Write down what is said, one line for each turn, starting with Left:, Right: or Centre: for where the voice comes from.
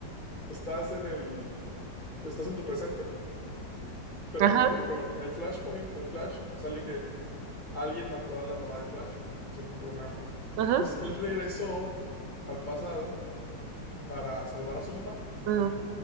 Left: estás en el, estás en tu presente, pero
Right: Ajá,
Left: por ejemplo, bueno, en Flashpoint, en Flash, sale que alguien mató a la mamá de Flash, es un ejemplo nada más.
Right: ajá,
Left: Entonces, él regresó al pasado para salvar a su mamá,
Right: ajá.